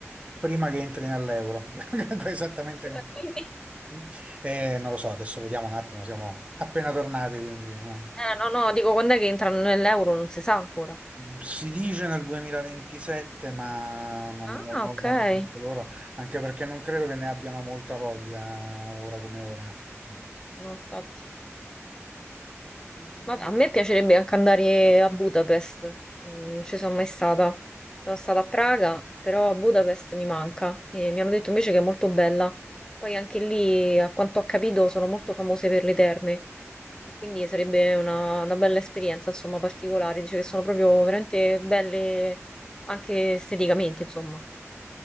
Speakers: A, on the right (about 25°); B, on the left (about 15°).
A: prima che entri nell'euro. <laughs> Esattamente
B: Eh,
A: come...
B: quindi?
A: Mm. Eh, non lo so, adesso vediamo un attimo, siamo appena tornati, quindi... no?
B: Eh, no, no, dico quando è che entrano nell'euro, non si sa ancora.
A: Si dice nel 2027, ma non,
B: Ah,
A: non lo
B: ok.
A: sanno
B: Eh,
A: neanche loro, anche perché non credo che ne abbiano molta voglia ora come ora. Mm.
B: no, infatti.
A: Eh,
B: Ma a me piacerebbe anche andare a Budapest, Mm, non ci sono mai stata. Sono stata a Praga, però Budapest mi manca e mi hanno detto invece che è molto bella. Poi anche lì, a quanto ho capito, sono molto famose per le terme e quindi sarebbe una, una bella esperienza, insomma, particolare. Dice che sono proprio veramente belle anche esteticamente, insomma.